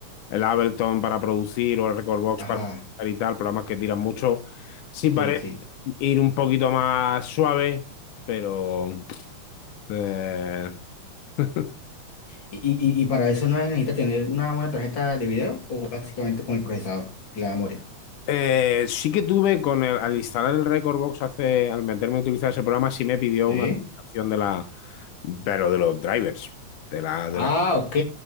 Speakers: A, on the left; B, on the left.
A: el Ableton para producir o el Recordbox
B: ajá,
A: para editar y tal, programas que tiran mucho, sí
B: sí,
A: parece
B: sí.
A: ir un poquito más suave, pero eh, <laughs>
B: ¿Y, y, y y para eso no necesita tener una buena tarjeta de video o básicamente con el procesador, que la memoria?
A: eh, sí que tuve con el, al instalar el Recordbox hace, al meterme a utilizar ese programa, sí me pidió
B: Sí.
A: una actualización de la, pero de los drivers, de la,
B: Ah,
A: de la,
B: ok.